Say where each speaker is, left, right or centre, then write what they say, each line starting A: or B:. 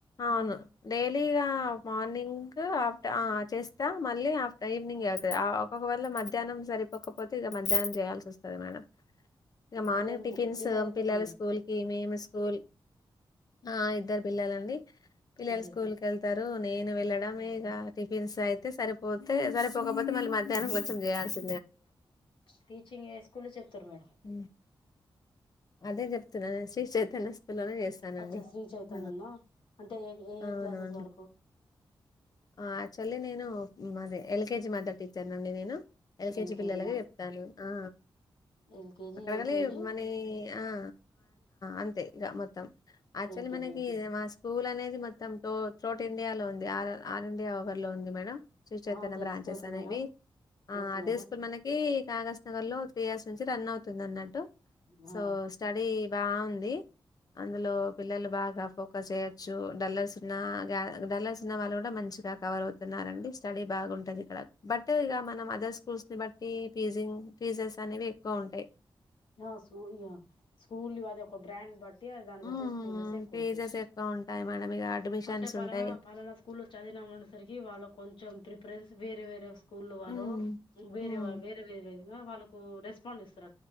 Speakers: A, on the left; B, on the left.
A: అవును డైలీగా మార్నింగ్ ఆఫ్ట ఆ చేస్తా మళ్ళీ ఆఫ్ట ఈవినింగే అవుతది ఒక్కవేళ మధ్యాహ్నం సరిపోకపోతే మధ్యాహ్నం చేయాల్సొస్తది మేడం ఇగ మార్నింగ్
B: పిల్లలు
A: టిఫిన్స్
B: పిల్లలు ఎంత
A: పిల్లల
B: మంది
A: స్కూల్ కి మేము స్కూల్ ఆ ఇద్దరు పిల్లలండి పిల్లలు
B: ఇద్దరు
A: స్కూల్కి యెళ్తారు నేను వెళ్ళడ మేగా టిఫిన్స్ అయితే సరిపోతే సరిపోకపోతే మళ్ళీ మధ్యాహ్నం కొంచెం చేయల్సి
B: టీచింగ్ ఏ స్కూల్లో చెప్తారు మేడం
A: హ్మ్. అదే చెప్తున్నా శ్రీ చైతన్య స్కూల్‌లోనే చేస్తానండి.
B: అచ్చా శ్రీ చైతన్య
A: ఆ!
B: నా అంటే ఏ ఏ ఏ
A: అవునవును.
B: క్లాసెస్ వరకు
A: ఆ యాక్చువల్లీ నేను మాది ఎల్కెజి మదర్ టీచర్ నండి నేను ఎల్కేజీ
B: ఎల్కేజీనా
A: పిల్లలకి చెప్తాను ఆ
B: ఎల్కేజీ
A: అక్కడకని
B: యూకేజీ
A: మనీ ఆ అంతే ఇగ మొత్తం యాక్చువల్లీ
B: ఎల్కేజీ
A: మనకి
B: యూకేజీ
A: మా స్కూల్ అనేది ది మొత్తం త్రోట్ ఇండియాలో ఉంది ఆల్ ఇండియా ఓవర్ లో ఉంది మేడం శ్రీచైతన్య
B: ఆ తెలుసు
A: బ్రాంచెస్
B: తెలుసు
A: అనేవి
B: మేడం
A: ఆ
B: తెలుసు
A: అదే
B: మేడం
A: స్కూల్ మనకి కాగాజ్ నగర్ లో త్రీ ఇయర్స్ నుంచి రన్ అవుతుంది అన్నట్టు
B: ఆ
A: సో స్టడీ బాగుంది అందులో పిల్లలు బాగా ఫోకస్ చేయొచ్చు డల్లర్స్ ఉన్న డల్లర్స్ ఉన్న వాళ్ళు కూడా మంచి గా కవర్ అవుతున్నారండి స్టడీ బాగుంటది క్కడ బట్ ఇగ మనం అదర్ స్కూల్స్ ని బట్టి ఫీజింగ్ ఫీజెస్ అనేవి ఎక్కువ ఉంటాయి
B: ఆ స్కూల్ ఇగ స్కూల్ అది ఒక బ్రాండ్ బట్టి దాన్ని బట్టి
A: ఉమ్
B: ఫీసెస్ ఎక్కువుంటయ్
A: ఫీజెస్ ఎక్కువ ఉంటాయి మేడం ఇక అడ్మిషన్స్
B: అంటే పలానా
A: ఉంటాయి
B: పలానా స్కూల్ లో చదివినాం అనేసరికి వాళ్ళు కొంచెం ప్రి ఫర్ణెస్ వేరే వేరే స్కూల్ వారు
A: ఉమ్
B: వేరే
A: ఉమ్
B: వేరే వేరే విధంగా వాళ్ళకు రెస్పాండ్ ఇస్తారు